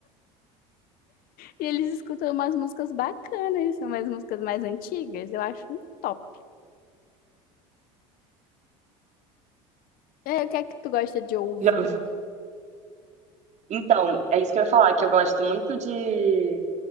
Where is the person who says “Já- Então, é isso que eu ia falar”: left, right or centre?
Right